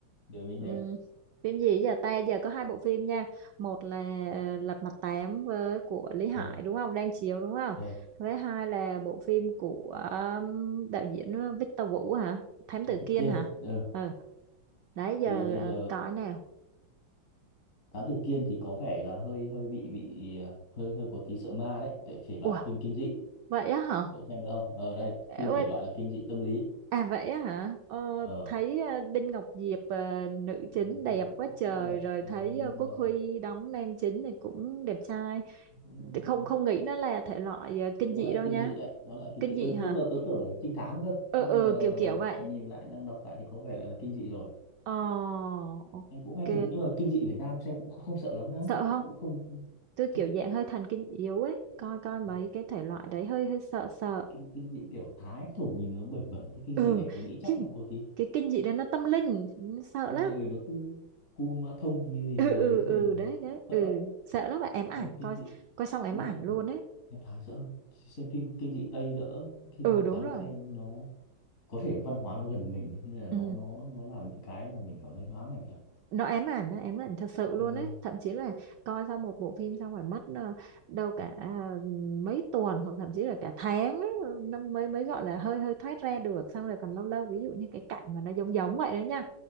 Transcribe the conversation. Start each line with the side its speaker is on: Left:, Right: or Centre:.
Left: để mình
Right: ừ.
Left: xem
Right: phim gì giờ ta giờ có hai bộ phim nha một là ờ, Lật Mặt Tám với của Lý Hải
Left: ờ
Right: đúng không đang chiếu đúng không
Left: ờ
Right: với hai là bộ phim của um, đạo diễn Victor Vũ hả Thám Tử
Left: Thám tử
Right: Kiên
Left: Kiên
Right: hả
Left: ừ.
Right: ừ đấy giờ
Left: thì bây
Right: ờ,
Left: giờ
Right: có nào
Left: Thám tử Kiên thì có vẻ là hơi hơi bị bị ờ, hơi hơi có tí sợ ma đấy tại thể loại
Right: Ủa,
Left: phim kinh dị
Right: vậy á hả
Left: cậu xem được không ở đây phim
Right: Ê, quên.
Left: thể loại là kinh dị tâm lý
Right: à vậy á hả ờ,
Left: ờ
Right: thấy ờ, Đinh Ngọc Diệp ờ, nữ chính
Left: nhiều
Right: đẹp
Left: khi cũng
Right: quá trời
Left: cũng đẹp
Right: rồi
Left: ờ,
Right: thấy
Left: nhưng
Right: ờ, Quốc
Left: mà
Right: Huy đóng nam chính thì cũng đẹp trai
Left: cũng hơi, ờ,
Right: không không nghĩ nó là thể loại ờ, kinh
Left: nó
Right: dị
Left: lại
Right: đâu
Left: kinh
Right: nha
Left: dị đấy nó lại kinh
Right: kinh
Left: dị
Right: dị
Left: ừ,
Right: hả
Left: lúc đầu tớ tưởng trinh thám cơ
Right: ừ
Left: nhưng
Right: ừ
Left: mà
Right: kiểu kiểu vậy
Left: mà nhìn lại đang đọc lại thì có vẻ là là kinh dị rồi
Right: ờ ok
Left: em cũng hay thực nhưng mà kinh dị Việt Nam xem cũng không, không sợ lắm đâu
Right: sợ
Left: chắc
Right: không
Left: cũng không không-
Right: tôi kiểu
Left: chắc
Right: dạng hơi thần kinh yếu ấy coi coi mấy
Left: Ừ.
Right: cái thể loại đấy hơi hơi sợ sợ
Left: kinh kinh dị kiểu Thái thổ nhìn nó bẩn bẩn thế kinh
Right: ừ
Left: dị này tôi nghĩ chắc
Right: cái
Left: nó cũng có tí
Right: cái kinh dị đó nó tâm linh sợ
Left: kinh
Right: lắm
Left: dị ừ, nó cứ cua ma thông cái
Right: <laughs>
Left: gì
Right: ừ
Left: gì
Right: ừ
Left: đấy
Right: ừ
Left: này
Right: đấy đấy
Left: sợ
Right: ừ
Left: lắm
Right: sợ lắm mà ém ảnh
Left: còn kinh
Right: coi
Left: dị
Right: coi xong
Left: chính
Right: ém ảnh
Left: ra
Right: luôn
Left: ừ,
Right: ấy
Left: em Thái sợ hơn xem kinh kinh dị Tây đỡ kinh
Right: ừ
Left: dị
Right: đúng
Left: Thái
Right: rồi
Left: xem nó có thể văn hóa nó gần mình ấy, nên là nó
Right: ừ
Left: nó nó làm những cái là mình cảm thấy nó ám ảnh thật
Right: nó ám ảnh nó ám ảnh thật sự luôn
Left: ừ.
Right: ấy thậm chí là coi xong một bộ phim xong phải mất ờ, đâu cả ờ, mấy tuần hoặc thậm chí là cả tháng ấy, nó mới mới gọi là hơi hơi thoát ra được xong rồi còn lâu lâu ví dụ như cái cảnh mà nó giống giống vậy đó nha